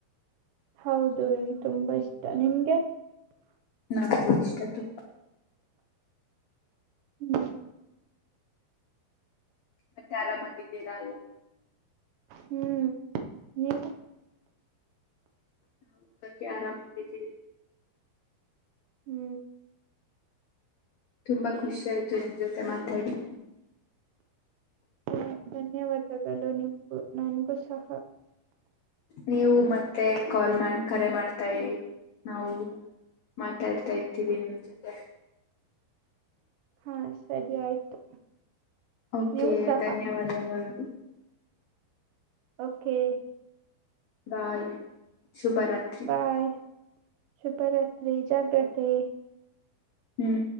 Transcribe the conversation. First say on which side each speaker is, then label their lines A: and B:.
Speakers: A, on the right; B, on the left.
A: ಹೌದು ನನಗೆ ತುಂಬಾ ಇಷ್ಟ ನಿಮ್ಗೆ
B: ನಾ ಇಷ್ಟ ತು
A: ಹ್ಮ್
B: ಮತ್ತೆ ಆರಾಮಾಗಿದ್ದೀರಾ
A: ಹ್ಮ್ ನೀವು
B: ನಾ ಹಾಗೆ ಆರಾಮಾಗಿದ್ದೀವಿ
A: ಹ್ಮ್
B: ತುಂಬಾ ಖುಷಿ ಆಯ್ತು ನಿಮ್ ಜೊತೆ ಮಾತಾಡಿ
A: ಧನ್ಯ ಧನ್ಯವಾದಗಳು ನಿಮಗೂ ನನ್ಗೂ ಸಹ
B: ನೀವು ಮತ್ತೆ ಕಾಲ್ ಮಾಡ ಕರೆ ಮಾಡ್ತಾರಿ ನಾವು. ಮಾತಾಡ್ತಾ ಇರ್ತೀವಿ ನಿಮ ಜೊತೆ.
A: ಹಾ ಸರಿ ಆಯ್ತು.
B: ಓಕೆ
A: ನೀವು ಸಹ
B: ಧನ್ಯವಾದಗಳು.
A: Okay
B: bye ಶುಭರತ್.
A: ಬಾಯ್ ಶುಭ ರತ್ರಿ ಜಾಗ್ರತೆ
B: ಹ್ಮ್